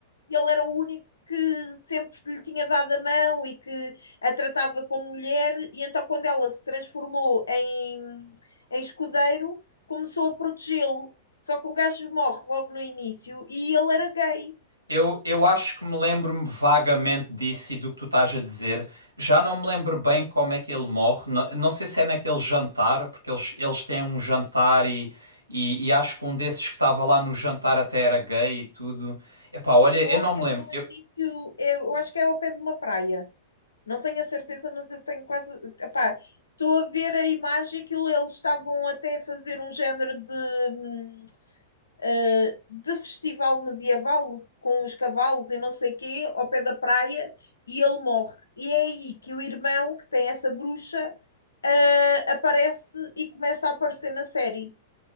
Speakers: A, on the left; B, on the right.
A: e ele era o único que sempre lhe tinha dado a mão e que a tratava como mulher, e então quando ela se transformou em, em escudeiro, começou a protegê-lo. Só que o gajo morre logo no início e ele era gay.
B: Eu, eu acho que me lembro-me vagamente disso e do que tu estás a dizer. Já não me lembro bem como é que ele morre. Não, não sei se é naquele jantar, porque eles, eles têm um jantar e, e, e acho que um desses que estava lá no jantar até era gay e tudo. Epá, olha,
A: Eu
B: eu
A: acho
B: não
A: que
B: me
A: é
B: lembro.
A: no
B: Eu...
A: início, eu acho que é ao pé de uma praia. Não tenho a certeza, mas eu tenho quase. Epá, estou a ver a imagem que eles estavam até a fazer um género de hum, uh, de festival medieval com os cavalos e não sei quê, ao pé da praia, e ele morre. E é aí que o irmão, que tem essa bruxa, uh, aparece e começa a aparecer na série.